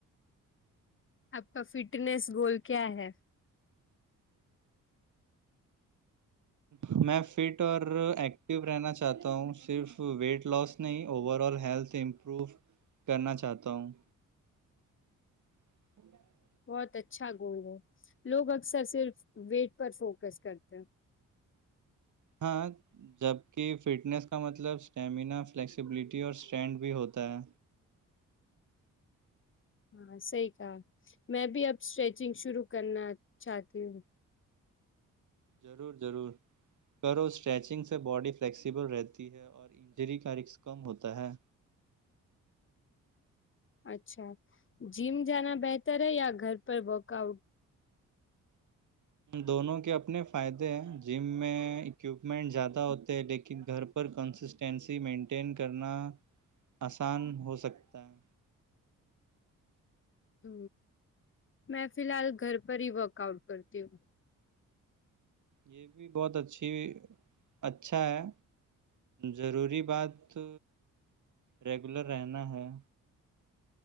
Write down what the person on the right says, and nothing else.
ہ میں فٹ اور ایکٹو رہنا چاہتا ہوں صرف ویٹ لاس نہیں اوور آل ہیلتھ امپروو کرنا چاہتا ہوں <inaudible>
ہاں جبک فٹنس کا مطلب اسٹیمینا فلیکسیبلٹی اور اسٹرینٹ بھی ہوتا ہے
ضرور ضرور کرو اسٹریچنگ سے باڈی فلیکسیبل رہتی ہے اور انجری کا رکک کم ہوتا ہے
دونوں کے اپنے فائدے ہیں جم میں اکوپمنٹ زیادہ ہوتے ہیں لیکن کہ گھر پر کنسسٹینسی مینٹین کرنا آسان ہو سکتا ہے
یہ بھی بہت اچھی اچھا ہے ضروری بات ریگولر رہنا ہے